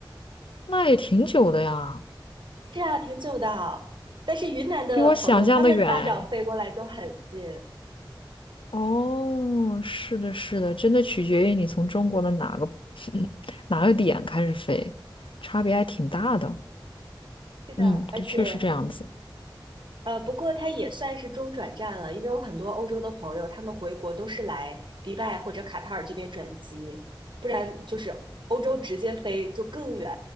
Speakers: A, on the left (about 85°); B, on the right (about 65°).
A: 那也挺久的呀，
B: 是啊，挺久的。但是云南的朋友，
A: 比我想象的远哎。
B: 他们家长飞过来就很近。
A: 哦，是的，是的，真的取决于你从中国的哪个 <laughs> 哪个点开始飞，差别还挺大的。
B: 嗯，是的，
A: 嗯，
B: 而且
A: 的确是这样子
B: 呃，不过它也算是中转站了，因为我很多欧洲的朋友，他们回国都是来迪拜或者卡塔尔这边转机，不然就是欧洲直接飞就更远。